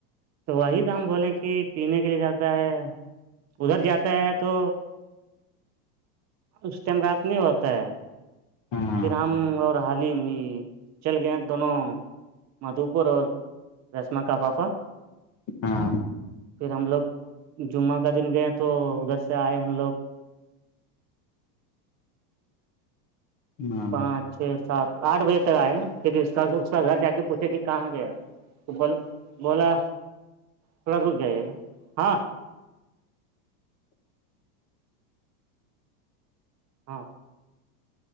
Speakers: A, on the right; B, on the left.
A: تو وہی تو ہم بولیں کہ پینے کے لیے جاتا ہے ادھر جاتا ہے تو اس ٹائم رات نہیں ہوتا ہے
B: ہاں
A: پھر ہم اور حالم یہ چل گئے دونوں مدو پور اور رشم کا پاپا
B: ہاں
A: پھر ہم لوگ جمعہ کا دن گئے تو ادھر سے آئے ہم لوگ
B: ہاں
A: پانچ چھ سات آٹھ بجے تک آئے پھر اس کا اس کا گھر جا کے پوچھے کہ کہاں گیا تو بول بولا تھوڑا رک جائیے گا ہاں ہاں